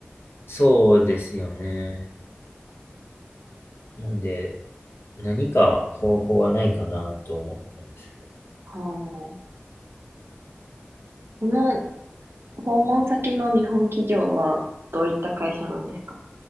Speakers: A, on the left (about 70°); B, on the right (about 70°).
A: そうですよね。なんで、何か方法はないかなと思ったんですけど。
B: はあ。この訪問先の日本企業はどういった会社なんですか